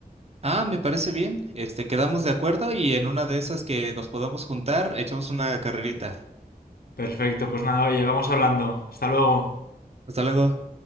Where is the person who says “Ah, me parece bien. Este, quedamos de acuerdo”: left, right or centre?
Right